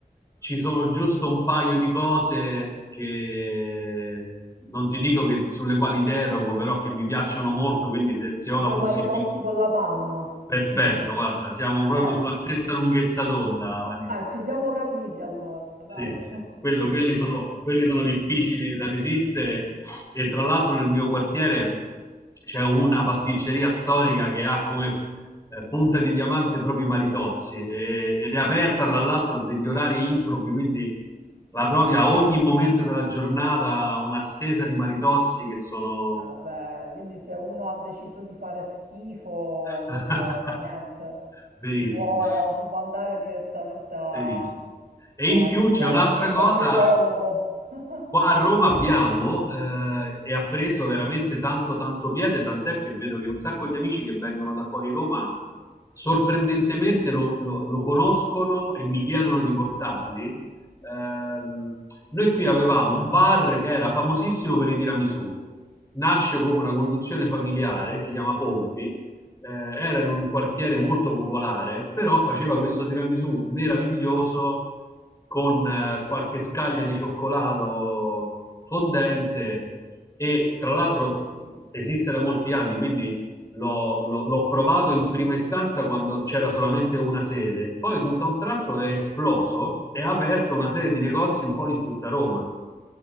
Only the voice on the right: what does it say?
tipo
i maritozzi con la panna,
tipo.
Ecco,
ah, ci siamo capiti allora, dai.
<laughs>
Vabbè, quindi se uno ha deciso di fare schifo,
proprio niente,
si può, si può andare direttamente a,
a
litigare
col,
col dietologo. <laughs>